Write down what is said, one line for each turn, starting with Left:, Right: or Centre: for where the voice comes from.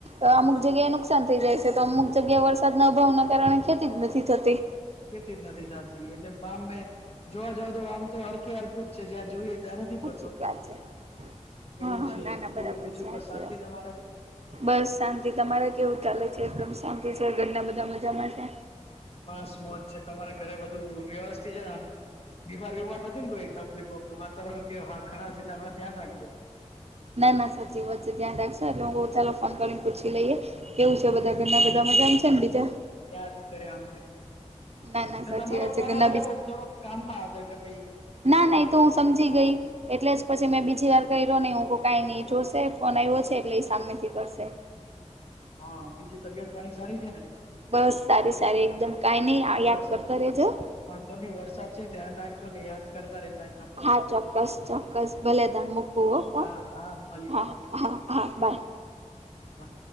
Right: અ અમુક જગ્યાએ નુકસાન થઈ જાય છે, તો અમુક જગ્યાએ વરસાદના અભાવના કારણે ખેતીજ નથી થતી.
Left: ખેતી જ નથી થાતી, એટલે પામે જોવા જાવ તો આમ તો હરકી હરકું જ છે, જ્યાં જોઈએ ત્યાં નથી
Right: સાચી
Left: પડતો,
Right: વાત છે હા
Left: એવું
Right: હા
Left: છે,
Right: ના ના બરાબર
Left: બોલો બીજું
Right: છે સાચી
Left: કો શાંતિ
Right: વાત છે.
Left: તમારે?
Right: બસ શાંતિ, તમારે કેવું ચાલે છે? એકદમ શાંતિ છે? ઘરના બધા મજામાં છે?
Left: બસ મોજ છે, તમારે ઘરે બધું વ્યવસ્થિત છે ને આમ, બીમાર વીમાર નથી ને કોઈ ત તો એક વતનું વાતાવરણ કે હા ખરાબ છે, એટલે હમણા ધ્યાન રાખજો.
Right: ના ના સાચી વાત છે, ધ્યાન રાખશો એટલે હું બહુ ચાલો ફોન કરીને પૂછી લઈએ. કેવું છે, બધા ઘરના બધા મજા છે, ને બીજા?
Left: યાજ કારિયા અમને.
Right: ના ના
Left: તે
Right: સાચી
Left: તમારો
Right: વાત
Left: કોલ
Right: છે ઘરના
Left: આયો
Right: બીજા
Left: તો હુ થોડો કામમાં હતો, એટલે પહિ
Right: ના
Left: પછી
Right: ના,
Left: મેં
Right: એ તો
Left: ફોન
Right: હું સમજી
Left: કર્યો
Right: ગઈ. એટલેજ પછી મેં બીજી વાર કર્યો નહીં, હું કો કાંઈ નહીં એ જોશે ફોન આવ્યો છે, એટલે એ સામેથી કરશે.
Left: હા, બીજી તબિયત પાણી સારી છે ને?
Right: બસ સારી સારી એકદમ, કાઈ નહી આ યાદ
Left: બસ
Right: કરતા રેજો.
Left: વાંધો નહી વરસાદ છે, ધ્યાન રાખજોને યાદ કરતા રેજો આજ
Right: હા, ચોક્કસ ચોક્કસ, ભલે તમે મૂકુ હ ફોન,
Left: હા હા મળીએ
Right: હા હા હા બાય.
Left: હા